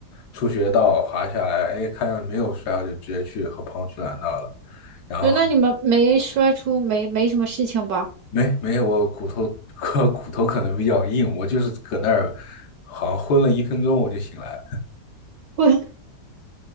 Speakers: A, on the left; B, on the right.
A: 初学道滑下来，哎，看见没有摔，我就直接去和朋友去拦道了。然后
B: 对，那你们没摔出没没什么事情吧？
A: 没没有，我骨头 <laughs> 我骨头可能比较硬，我就是搁那儿好像昏了一分钟我就醒来了
B: <laughs> 我